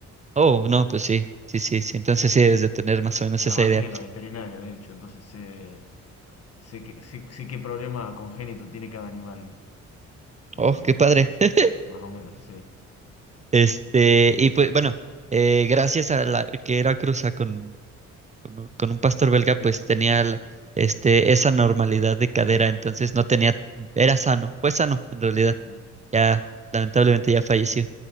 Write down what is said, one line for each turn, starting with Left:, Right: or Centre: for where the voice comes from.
Right: Oh, no, pues sí, sí, sí,
Left: Sí.
Right: sí. Entonces sí debes de tener más o menos
Left: Trabajé
Right: esa idea.
Left: en la veterinaria, de hecho, entonces sé, sé, que, sé, sé qué problema congénito tiene cada animal eh,
Right: Oh, qué padre.
Left: de raza.
Right: <laughs>
Left: Más o menos, sí.
Right: Este, y pues bueno, eh, gracias a la que era cruza con con un, con un pastor belga,
Left: Sí,
Right: pues tenía la- este, esa normalidad de cadera,
Left: sano.
Right: entonces no tenía, era sano, fue sano en realidad.
Left: Sí,
Right: Ya, lamentablemente ya falleció.